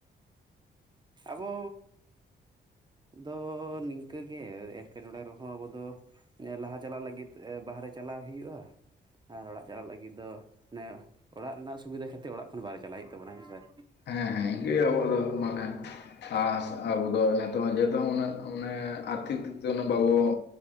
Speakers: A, on the right; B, on the left.
A: ᱟᱵᱚ ᱫᱚ ᱱᱤᱝᱠᱟᱹ ᱜᱮ, ᱮᱴᱠᱮᱴᱚᱬᱮ ᱨᱮᱦᱚᱸ ᱟᱵᱚ ᱫᱚ ᱞᱟᱦᱟ ᱪᱟᱞᱟᱜ ᱞᱟᱹᱜᱤᱫ ᱮᱸ ᱵᱟᱦᱨᱮ ᱪᱟᱞᱟᱣ ᱦᱩᱭᱩᱜᱼᱟ ᱾ ᱟᱨ ᱚᱲᱟᱜ ᱪᱟᱞᱟᱜ ᱞᱟᱹᱜᱤᱫ ᱫᱚ, ᱟᱱᱮ ᱚᱲᱟᱜ ᱨᱮᱱᱟᱜ ᱥᱩᱵᱤᱫᱟ ᱠᱷᱟᱹᱛᱤᱨ ᱚᱲᱟᱜ ᱠᱷᱚᱱ ᱵᱟᱦᱨᱮ ᱪᱟᱞᱟᱜ ᱦᱩᱭᱩᱜ ᱛᱟᱵᱚᱱᱟ ᱦᱮᱸᱥᱮ ᱾
B: ᱦᱮᱸ ᱦᱮᱸ ᱤᱱᱠᱟᱹ ᱟᱵᱚᱣᱟᱜ ᱫᱚ ᱢᱟᱱᱮ ᱟᱥ ᱟᱵᱚ ᱫᱚ ᱱᱤᱛᱚᱜ ᱦᱚᱸ ᱡᱮᱦᱮᱛᱩ ᱩᱱᱟᱹᱜ ᱢᱟᱱᱮ ᱟᱨᱛᱷᱤᱠ ᱫᱤᱠ ᱛᱮ ᱩᱱᱟᱹᱜ ᱵᱟᱵᱚ